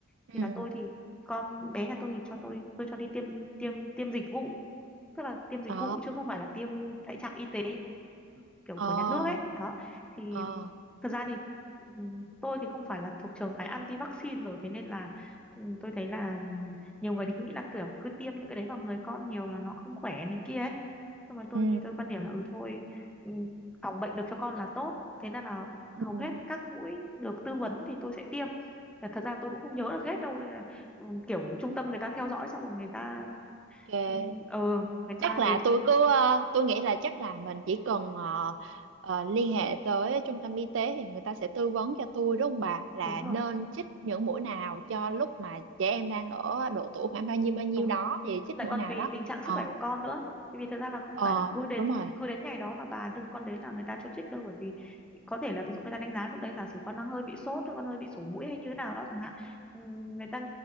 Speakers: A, on the right; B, in the centre.
A: ừ
B: thì là tôi thì con bé nhà tôi thì cho tôi tôi cho đi tiêm tiêm tiêm dịch vụ tức là tiêm dịch
A: ờ
B: vụ chứ không phải là tiêm tại trạm y tế kiểu
A: ờ
B: của nhà nước ấy đó thì
A: ờ
B: Thật ra thì ừm, tôi thì không phải là thuộc trường phái anti-vaccine rồi thế nên là ừm, tôi thấy là ừm, nhiều người thì cứ nghĩ là kiểu cứ tiêm những cái đấy vào người con nhiều là nó không khỏe này kia ấy nhưng mà tôi
A: ừ
B: thì tôi quan điểm là ừ thôi ừm, phòng bệnh được cho con là tốt thế nên là
A: ừ.
B: hầu hết các mũi được tư vấn thì tôi sẽ tiêm Và thật ra tôi cũng không nhớ được hết đâu nên là, ừm, kiểu trung tâm người ta theo dõi xong rồi người ta
A: ok
B: ừm, ờ người ta
A: chắc là
B: đến
A: tôi cứ ờ, tôi nghĩ là chắc là mình chỉ cần ờ, ờ, liên hệ tới trung tâm y tế thì người ta sẽ tư vấn cho tôi đúng không bà là
B: đúng rồi
A: nên chích những mũi nào cho lúc mà trẻ em đang ở độ tuổi khoảng bao nhiêu bao nhiêu
B: đúng rồi
A: đó thì chích
B: lại
A: mũi
B: còn
A: nào
B: tùy
A: đó
B: tình trạng
A: ờ
B: sức khỏe của con nữa Tại vì thật ra là cũng
A: ờ
B: phải là cứ đến
A: đúng rồi
B: cứ đến ngày đó mà bà đưa con đến là người ta cho trích đâu bởi vì có thể là ví dụ người ta đánh giá lúc đấy giả sử con đang hơi bị sốt hoặc con hơi bị sổ mũi hay như thế nào đó chẳng hạn Ừm, người ta